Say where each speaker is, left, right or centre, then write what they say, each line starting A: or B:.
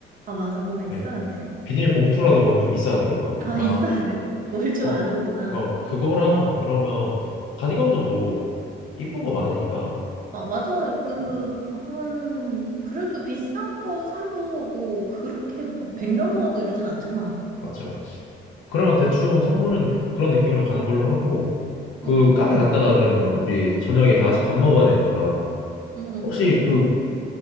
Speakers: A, on the right (about 45°); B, on the left (about 80°).
A: 아, 맞아. 뭐가 있어야
B: 그래
A: 돼.
B: 비닐봉투라도 명품이 있어야 돼 이거.
A: 아,
B: 아,
A: 있어야 돼. <laughs> 뭘 좀
B: 어,
A: 아는구나.
B: 어, 그거랑 그러면 가디건도 뭐 이쁜 거 많으니까.
A: 아, 맞아. 그,
B: 음,
A: 한, 그래도 비싼 거 사도 뭐 그렇게 막 백 넘어가고 이러진 않잖아.
B: 맞지, 맞지. 그러면 대충 선물은 그런 느낌으로 가는 걸로 하고 그
A: 응, 응.
B: 카페 갔다가 그러면 우리 저녁에 다 같이 밥 먹어야 되니까
A: 응, 응,
B: 혹시
A: 응.
B: 그